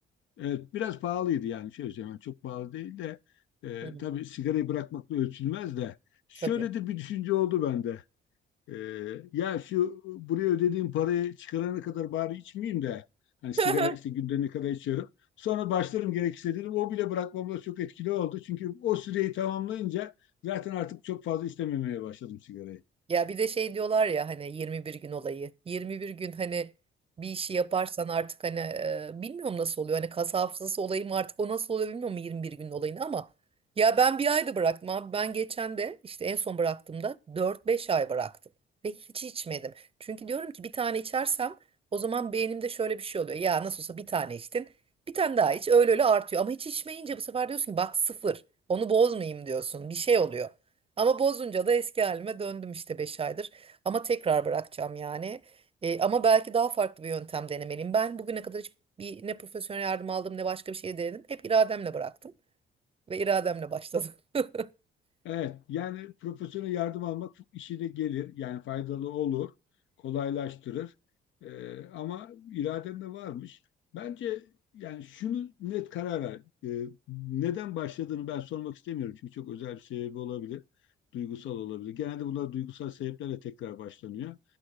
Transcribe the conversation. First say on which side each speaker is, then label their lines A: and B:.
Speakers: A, on the left; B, on the right.
A: evet, biraz pahalıydı yani şey söyleyeyim yani çok pahalı değil de e,
B: Hı,
A: tabii sigarayı bırakmakla ölçülmez de şöyle
B: tabii.
A: de bir düşünce oldu bende. Ee, ya şu buraya ödediğim parayı çıkarana kadar bari içmeyeyim de hani sigara
B: <laughs>
A: işte günde ne kadar içiyorum. Sonra başlarım gerekirse dedim. O bile bırakmamda çok etkili oldu. Çünkü o süreyi tamamlayınca zaten artık çok fazla istememeye başladım sigarayı.
B: Ya bir de şey diyorlar ya hani 21 gün olayı. 21 gün hani bir işi yaparsan artık hani e, bilmiyorum nasıl oluyor. Hani kas hafızası olayı mı artık o nasıl oluyor bilmiyorum 21 gün olayını ama ya ben bir ayda bıraktım abi. Ben geçen de işte en son bıraktığımda dört beş ay bıraktım ve hiç içmedim. Çünkü diyorum ki bir tane içersem o zaman beynimde şöyle bir şey oluyor. Ya nasıl olsa bir tane içtin. Bir tane daha iç öyle öyle artıyor ama hiç içmeyince bu sefer diyorsun ki bak sıfır. Onu bozmayayım diyorsun. Bir şey oluyor. Ama bozunca da eski halime döndüm işte 5 aydır. Ama tekrar bırakacağım yani. E, ama belki daha farklı bir yöntem denemeliyim. Ben bugüne kadar hiç bir, ne profesyonel yardım aldım ne başka bir şey denedim. Hep irademle bıraktım ve irademle başladım. <laughs>
A: Evet, yani profesyonel yardım almak çok işine gelir. Yani faydalı olur, kolaylaştırır. Ee, ama iraden de varmış. Bence yani şunu net karar ver. Ee, neden başladığını ben sormak istemiyorum. Çünkü çok özel bir sebebi olabilir. Duygusal olabilir. Genelde bunlar duygusal sebeplerle tekrar başlanıyor.